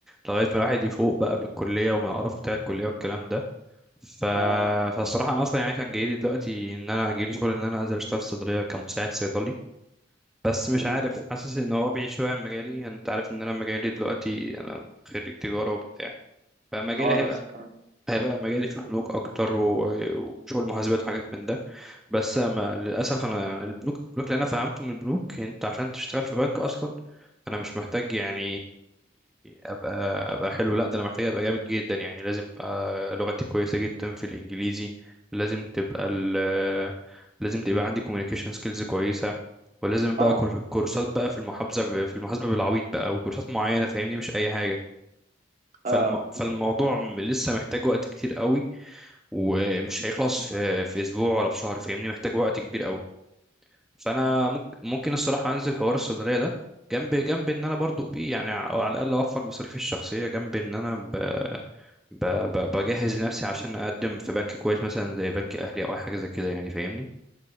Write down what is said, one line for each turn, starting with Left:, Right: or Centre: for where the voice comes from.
Centre: لغايه ما الواحد يفوق بقى من الكليه ومن القرف بتاع الكليه والكلام ده ف...
Right: اه
Centre: فالصراحه انا اصلا يعني كان جاي لي دلوقتي ان انا جاي لي شغل ان انا انزل اشتغل في صيدليه كمساعد صيدلي بس مش
Right: مم.
Centre: عارف حاسس ان هو بعيد شويه عن مجالي انت عارف ان انا مجالي دلوقتي انا خريج تجاره وبتاع فمجالي
Right: اه
Centre: هيبقى
Right: نفس الكلام
Centre: هيبقى مجالي في البنوك اكتر و- وشغل محاسبات وحاجات من ده بس ما للاسف انا يعني البنوك البنوك اللي انا فهمته من البنوك انت عشان تشتغل في بنك اصلا انا مش محتاج يعني ابقى ابقى حلو لا ده انا محتاج ابقى جامد جدا يعني لازم ابقى لغتي كويسه جدا في الانجليزي لازم تبقى ال لازم تبقى عندي communication skills كويسه ولازم بقى
Right: طبعا
Centre: كور- كورسات بقى في المحاسبه ب- في المحاسبه بالعبيط بقى وكورسات معينه فاهمني مش اي حاجه فالم...
Right: آه.
Centre: فالموضوع م- لسه محتاج وقت كتير قوي ومش هيخلص في في اسبوع ولا في شهر فاهمني محتاج وقت كبير قوي فانا ممكن ممكن الصراحه انزل حوار الصيدليه ده جنب جنب ان انا برضو بي يعني على الاقل اوفر مصاريفي الشخصيه جنب ان انا ب ب ب بجهز لنفسي عشان اقدم في بنك كويس مثلا زي بنك اهلي او اي حاجه زي كده يعني فاهمني